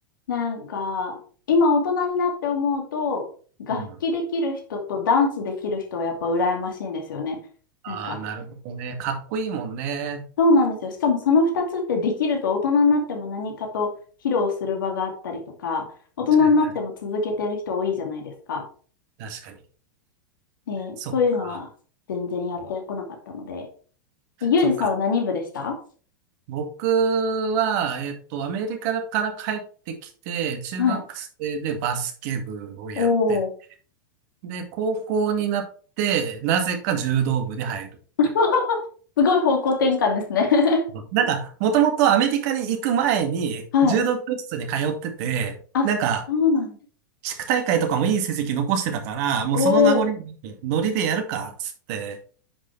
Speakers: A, on the left (about 75°); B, on the right (about 55°).
A: なんか、今大人になって思うと、楽器できる人とダンスできる人はやっぱ羨ましいんですよね。
B: うん。ああ、
A: なんか、
B: なるほどね。かっこいいもんね。
A: そうなんですよ。しかもその2つってできると大人になっても何かと披露する場があったりとか、大人になっても続けてる人多いじゃないですか。
B: 確かに、確かに。
A: ね、
B: そっか。
A: そういうのは全然やってこなかったので。えゆうじさんは何部でした
B: そっか。僕は、えっと、アメリカから帰ってきて、中学生でバスケ部をやって、
A: はい。おー
B: で、高校になって、なぜか柔道部に入るってい
A: <laughs> すごい方向転換ですね <laughs>
B: う。なんか、もともとアメリカに行く前に、
A: はい。
B: 柔道教室に通ってて、
A: あ、
B: なんか、
A: そうなんです。
B: 地区大会とかもいい成績残してたから、もうその名残に、
A: おお。
B: ノリでやるか、っつって、